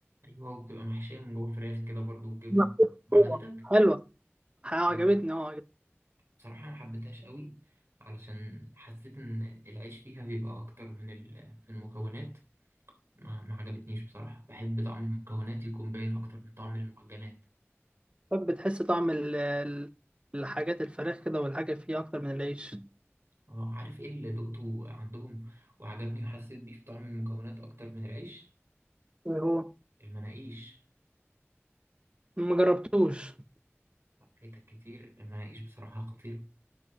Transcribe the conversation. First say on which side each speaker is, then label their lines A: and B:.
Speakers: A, on the right; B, on the right.
A: ايوه وبتبقى محشيه من جوه فراخ كده برضو وجبنه
B: محطوط
A: عجبتك
B: جوه. حلوه عجبتني
A: عجبتك.
B: اه عجبتني.
A: بصراحه ما حبيتهاش قوي علشان حسيت ان العيش فيها بيبقى اكتر من ال- من المكونات ما, ما عجبتنيش بصراحه بحب طعم المكونات يكون باين اكتر من طعم المعجنات
B: طب بتحس طعم ال- ال- الحاجات الفراخ كده والحاجه فيها اكتر من العيش
A: اه عارف ايه اللي دقته عندهم وعجبني وحسيت بيه في طعم المكونات اكتر من العيش
B: إيه هو
A: المناقيش
B: ما جربتوش
A: فايتك كتير المناقيش بصراحه خطيره